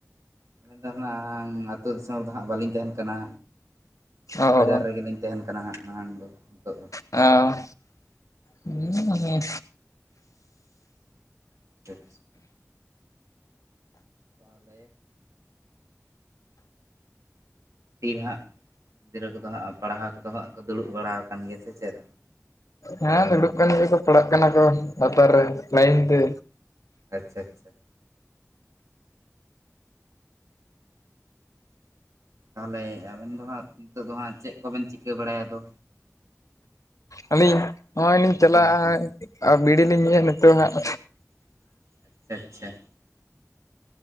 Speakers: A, on the right; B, on the left.
A: ᱟᱞᱤᱧ ᱫᱚ ᱦᱩᱱᱟᱹᱝ ᱟᱹᱛᱩ ᱫᱤᱥᱚᱢ ᱨᱮ ᱫᱚ ᱦᱟᱸᱜ ᱵᱟᱹᱞᱤᱧ ᱛᱟᱦᱮᱱ ᱠᱟᱱᱟ
B: ᱚ
A: ᱵᱟᱡᱟᱨ ᱨᱮᱜᱮᱞᱤᱧ ᱛᱟᱦᱮᱱ ᱠᱟᱱᱟ ᱦᱟᱸᱜ ᱱᱟᱦᱟᱜ ᱫᱚ ᱱᱤᱛᱚᱜ ᱫᱚ
B: ᱚ, ᱦᱩᱸ ᱦᱩᱸ
A: ᱴᱷᱤᱠ ᱛᱟᱦᱞᱮ ᱛᱤᱨᱮ ᱦᱟᱸᱜ ᱜᱤᱫᱽᱨᱟᱹ ᱠᱚᱫᱚ ᱦᱟᱸᱜ ᱯᱟᱲᱦᱟᱣ ᱠᱚᱫᱚ ᱦᱟᱸᱜ ᱠᱚ ᱫᱩᱲᱩᱵ ᱵᱟᱲᱟᱣᱟᱠᱟᱱ ᱜᱮᱭᱟ ᱥᱮ ᱪᱮᱫ
B: ᱦᱮᱸ ᱫᱩᱲᱩᱵ ᱠᱟᱱ ᱜᱮᱭᱟ ᱠᱚ ᱯᱟᱲᱟᱜ ᱠᱟᱱᱟ ᱠᱚ ᱞᱟᱛᱟᱨ ᱨᱮ ᱞᱟᱭᱤᱱ ᱛᱮ
A: ᱟᱪᱪᱷᱟ ᱟᱪᱪᱷᱟ ᱛᱟᱦᱚᱞᱮ ᱟᱵᱮᱱ ᱫᱚ ᱦᱟᱸᱜ ᱱᱤᱛᱚᱜ ᱫᱚ ᱦᱟᱸᱜ ᱪᱮᱫ ᱠᱚᱵᱮᱱ ᱪᱤᱠᱟᱹ ᱵᱟᱲᱟᱭᱟ ᱟᱫᱚ
B: ᱟᱹᱞᱤᱧ ᱱᱚᱜᱼᱚᱭ ᱞᱤᱧ ᱪᱟᱞᱟᱜᱼᱟ
A: ᱦᱳᱭ ᱦᱳᱭ
B: ᱟᱨ ᱵᱤᱲᱤ ᱞᱤᱧ ᱧᱩᱭᱟ ᱱᱤᱛᱚᱜ ᱦᱟᱸᱜ
A: ᱟᱪᱪᱷᱟ ᱟᱪᱪᱷᱟ